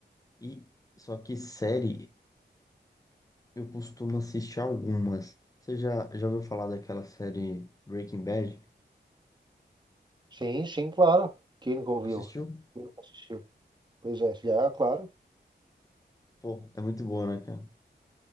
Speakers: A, on the left; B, on the right.
A: E só que série, eu costumo assistir algumas. Você já, já ouviu falar daquela série Breaking Bad?
B: Sim, sim, claro. Quem nunca ouviu?
A: já Assistiu?
B: Quem nunca assistiu? Pois é, já, claro.
A: Pô, é muito boa, né, cara?